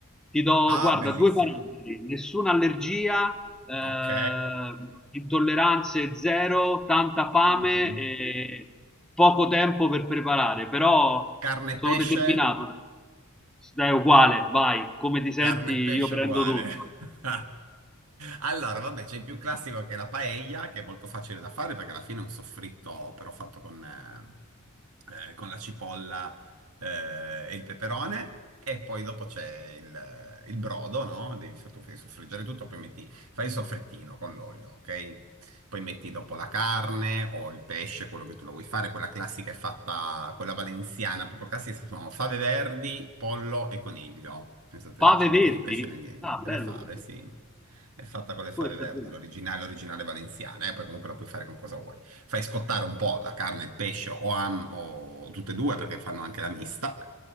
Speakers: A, in the centre; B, on the right.
A: Ti do,
B: Ah,
A: guarda,
B: bellissimo.
A: due parametri, nessuna allergia, eh,
B: Ok.
A: intolleranze zero, tanta fame
B: Mhm.
A: e poco tempo per preparare, però
B: Carne e
A: sono
B: pesce?
A: determinato. Dai, uguale, vai, come ti senti
B: Carne e
A: io
B: pesce
A: prendo
B: uguale.
A: tutto.
B: <laughs> Allora, vabbè, c'è il più classico che è la paella, che è molto facile da fare perché alla fine è un soffritto però fatto con, eh, eh, con la cipolla, eh, e il peperone. E poi dopo c'è il, il brodo, no? Devi, so-, tu fai soffriggere tutto, poi metti, fai il soffrettino con l'olio, ok? poi metti dopo la carne o il pesce, quello che tu lo vuoi fare, quella classica è fatta, quella valenziana, proprio classica sono fave verdi, pollo e coniglio. Pensate,
A: Pave
B: non c'è niente
A: Verdi?
B: di pesce né niente.
A: Ah, bello
B: Le fave,
A: questo.
B: sì. È fatta con le fave
A: Questa
B: verdi,
A: è bella.
B: l'originale, l'originale valenziana, e poi comunque la puoi fare con cosa vuoi. Fai scottare un po' la carne, il pesce o, am- o tutte e due perché fanno anche la mista,